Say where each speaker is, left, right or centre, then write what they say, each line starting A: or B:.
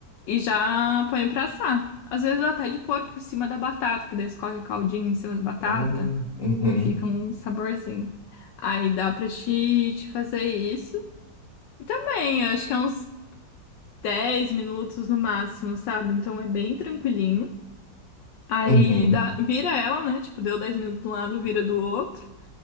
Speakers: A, on the left (about 70°); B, on the left (about 40°).
A: E já ponho pra assar. Às vezes até de pôr por cima da batata, que daí escorre o caldinho em cima da batata
B: Hum. Uhum.
A: e fica um saborzinho. Aí dá pra te, te fazer isso. E também, eu acho que é uns 10 minutos no máximo, sabe? Então é bem tranquilinho. Aí
B: Uhum.
A: dá, vira ela, né? Tipo, deu 10 minutos de um lado, vira do outro.